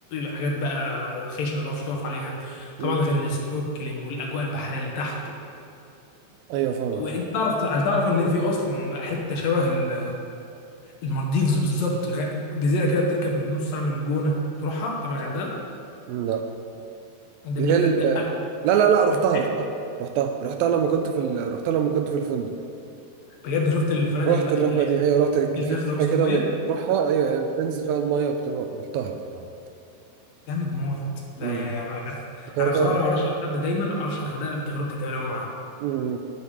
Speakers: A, on the left (about 70°); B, on the right (about 80°).
A: حاجات بقى خشنه ما تعرفش تقف عليها
B: مم.
A: طبعا غير السنوركلينج والاجواء البحريه اللي تحت
B: ايوه فاهمك
A: وانت
B: فاهم
A: تعرف هل تعرف ان في اصلا حته شبه ال- المالديفز بالظبط غ- جزيره كده بتركب من نص ساعه من الجونه تروحها طب الغردقه
B: لا
A: ده
B: اللي
A: بيقول
B: هي ال-
A: لك ده اغلى
B: لا لا لا رحتها
A: بتقول ايه
B: رحتها رحتها رحتها لما كنت في ال... رحتها لما كنت في الفندق
A: بجد شفت الفنادق
B: رحت
A: الل-
B: الرحلة
A: الل-
B: دي أيوة رحت كان
A: اللي
B: في
A: داخله
B: جزيرة
A: وسط
B: كده
A: الميه
B: بتروحها أيوة أيوة بتنزل فيها المية وبتروح رحتها رحتها
A: جامد موت لا
B: أمم.
A: يعني
B: افتكرتها
A: انا بصراحه لو ارشح لحد دايما ارشح الغردقه لتجربتي الجميله قوي معاها
B: أمم.